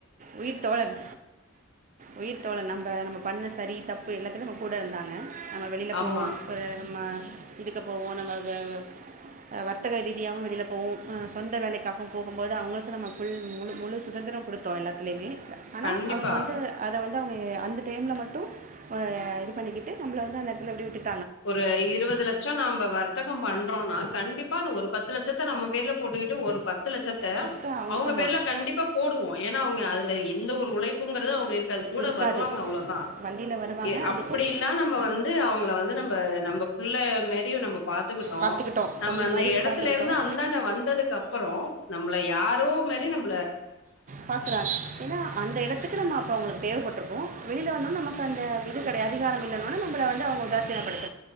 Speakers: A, on the right (about 35°); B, on the left (about 65°).
A: உயிர் தோழன் உயிர் தோழன் நம்ப நம்ம பண்ண சரி தப்பு எல்லாத்துலயு நம்ம கூட இருந்தா நம்ம வெளில
B: ஆமா
A: போவோ ஒரு நம்ம இதுக்கு போவோ நம்ம வெ வ அ வர்த்தக ரீதியாவு வெளில போவோ அ சொந்த வேலைக்காகவு போகும்போது அவங்களுக்கு நம்ம ஃபுல் முழு முழு சுதந்திரம் குடுத் தோ எல்லாத்லயுமே ஆனா
B: கண்டிப்பா
A: அவங்க வந்து அத வந் து அவங்க அந்த டைம்ல மட்டு அ இது பண்ணிக்கிட்டு நம்பள வந்து அந்த எடத்துல அப்டே விட்டுட்
B: ஒரு இருவது லட்சோ நம்ப வர்த்த கோ பண்றோனா கண்டிப்பா ந ஒரு பத்து லட்சத்த நம்ம பேர்ல போட்டுக்கிட்டு ஒரு பத் து லட்சத்த
A: ஃபஸ்ட்டு
B: அவங்க
A: ஆமாம்
B: பேர்ல கண்டிப்பா போடுவோ ஏன்னா அவங்க அதுல எ ந்த ஒரு உழைப்புங்கறது அவங்க இருக் காது கூட
A: இருக்காது
B: வருவாங்க அவ்ளோ தா
A: வண்டியில் வருவாங்க
B: எ அப்படியில்லா
A: அதுக்கும்
B: நம்ம வந்து அவங்கள வந்து நம் ப நம்ப புள்ள மேரியு நம்ம பாத்துக்கிட்டோ
A: பார்த்துக்கிட்டோம்
B: நம்ம
A: தம்பி
B: அந்த
A: மாதிரி
B: எடத்துலருந்து
A: பார்த்துக்கிட்டோம்
B: அந்தாண்ட வந்ததுக்கப்பறோ நம்மள யாரோ மாரி நம்ம
A: பாக்கறாங் ஏன்னா அந்த எடத்துக்கு நம்ம அப்போ அவங்களுக்கு தேவப்பட்ருக்கு வெளில வந்தொட்ன் நமக்கு அந்த இது கெடையாது அதிகாரம் இல்லன ஒட்னே நம்மள வந்து அவ உதாசீனப்படுத்